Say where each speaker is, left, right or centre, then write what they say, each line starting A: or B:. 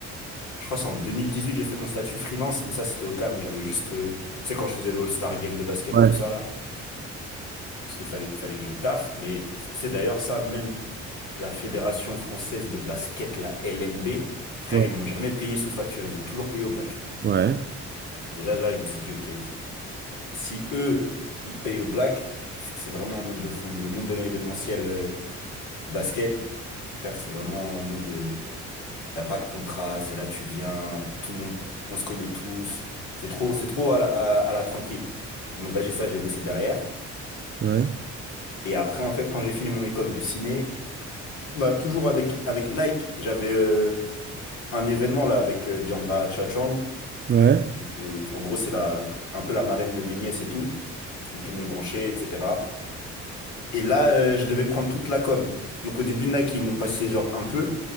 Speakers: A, on the left; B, on the right.
A: Je crois que c'est en 2018 j'ai fait mon statut freelance, mais ça, c'était au calme. J'avais juste... euh, Tu sais, quand je faisais l'All-Star Game de basket,
B: Ouais,
A: tout ça, là. Parce qu'il fallait, fallait que je taffe. Mais, tu sais, d'ailleurs, ça, même... la Fédération française de basket, la LNB, frère,
B: ouais,
A: ils m'ont jamais payé sous facture, ils ont toujours payé au black.
B: ouais,
A: Déjà là, je me suis dit, ok, si eux, ils te payent au black, c'est que c'est vraiment un monde de fou. Mais le monde de l'événementiel euh, basket, frère, c'est vraiment un monde de... Il n'y a pas de contrat, c'est là tu viens, tout le monde, on se connaît tous. C'est trop, c'est trop à la, à- à la tranquille. Donc là, j'ai ça, j'ai laissé derrière.
B: ouais,
A: Et après, en fait, quand j'ai fini mon école de ciné, bah, toujours avec, avec Nike, j'avais... euh, un événement là avec euh, Diandra Chachang,
B: ouais,
A: vu que en gros c'est la un peu la marraine de mes nièces et tout, donc ils m'ont branché, etc. Et là euh, je devais prendre toute la com. Donc au début Nike ils m'ont passé genre un peu,